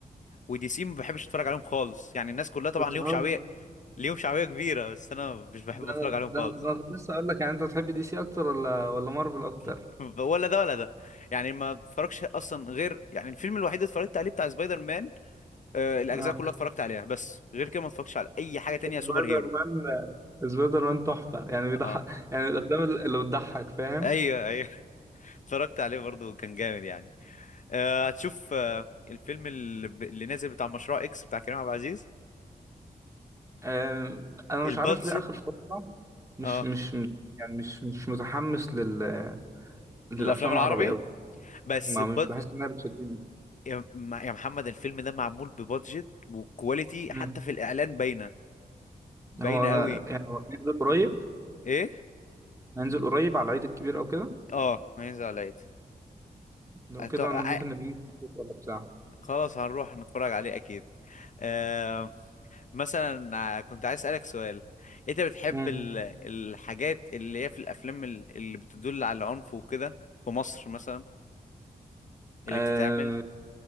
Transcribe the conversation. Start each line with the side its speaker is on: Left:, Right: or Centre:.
Left: ودي سي ما بحبش اتفرج عليهم خالص يعني الناس كلها طبعا
Right: بتهزر
Left: ليهم شعبيه ليهم شعبيه كبيره بس انا مش بحب
Right: ده
Left: اتفرج عليهم خالص
Right: ده ده انا كنت لسه اقول لك يعني انت بتحب دي سي اكتر ولا ولا مارفل اكتر
Left: <laughs> ولا ده ولا ده يعني ما اتفرجش اصلا غير يعني الفيلم الوحيد اللي اتفرجت عليه بتاع سبايدر مان آه الاجزاء
Right: اه
Left: كلها اتفرجت عليها بس غير كده ما اتفرجتش على اي حاجه تانية
Right: سبايدر
Left: سوبر هيرو
Right: مان سبايدر مان تحفه يعني بيضحك
Left: اه
Right: يعني الافلام اللي بتضحك فاهم
Left: ايوه ايوه <laughs> اتفرجت عليه برضه كان جامد يعني آه، هتشوف آه، الفيلم اللي, ب- اللي نازل بتاع مشروع اكس بتاع كريم عبد العزيز
Right: آه، انا
Left: البادجت
Right: مش عارف ليه اخر فتره مش
Left: اه
Right: مش مت- يعني مش مش متحمس لل للأفلام
Left: للافلام العربي
Right: العربي أوي
Left: بس
Right: ما
Left: بد...
Right: مش بحس إنها بتشدني
Left: يا م- يا محمد الفيلم ده معمول ببادجت وكواليتي
Right: مم.
Left: حتى في الاعلان باينه باينه
Right: هو أنا
Left: قوي
Right: يعني هو هينزل قريب
Left: ايه
Right: هينزل قريب على العيد الكبير أو كده
Left: اه ميز عليا
Right: لو
Left: أت...
Right: كده
Left: ع-
Right: أنا ممكن نبقى ننزل نشوف ولا بتاع
Left: خلاص هنروح نتفرج عليه اكيد آه... مثلا ع- كنت عايز اسالك سؤال انت بتحب
Right: مم.
Left: ال... الحاجات اللي هي في الافلام ال- اللي بتدل على العنف وكده في مصر مثلا اللي
Right: آه
Left: بتتعمل